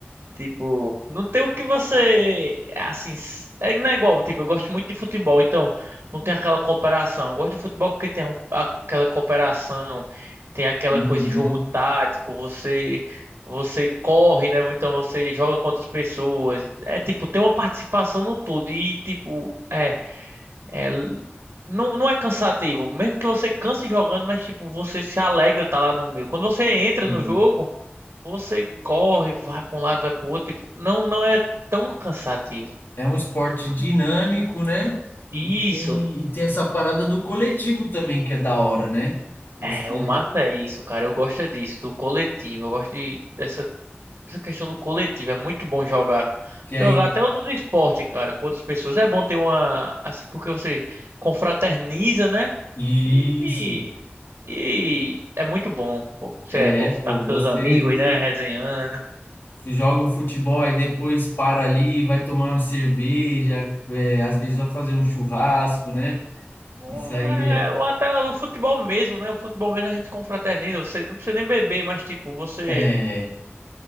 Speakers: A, on the right; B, on the left.
A: Tipo, não tem o que você. Assim, s- é, não é igual. Tipo, eu gosto muito de futebol, então não tem aquela cooperação. Eu gosto de futebol porque tem um- aquela cooperação, tem aquela
B: Uhum,
A: coisa, jogo tático, você. Você corre, né? Então você joga com outras pessoas. É tipo, tem uma participação no todo. E tipo, é, é não, não é cansativo. Mesmo que você canse jogando, mas tipo, você se alegra estar lá no meio. Quando você entra
B: sim.
A: no jogo. Você corre, vai para um lado, vai para o outro, tipo, não, não é tão cansativo.
B: É um esporte
A: Hum.
B: dinâmico, né?
A: Isso.
B: E tem, e tem essa parada do coletivo também, que é da hora, né? Você
A: É, o massa é isso, cara. Eu gosto é disso, do coletivo. Eu gosto de- dessa, dessa questão do coletivo. É muito bom jogar.
B: que
A: Jogar
B: aí.
A: até outros esportes, cara, com outras pessoas. É bom ter uma, assim, porque você confraterniza, né?
B: Isso.
A: E, e é muito bom, pô. Você
B: É,
A: é, conf-
B: pô,
A: tá com
B: você,
A: seus amigos,
B: você
A: né? Resenhando.
B: joga um futebol e depois para ali, vai tomar uma cerveja, é, às vezes vai fazer um churrasco, né?
A: Ou,
B: Isso aí
A: é, ou até o futebol mesmo, né? O futebol mesmo a gente confraterniza. Você não precisa nem beber, mas tipo, você
B: é, é,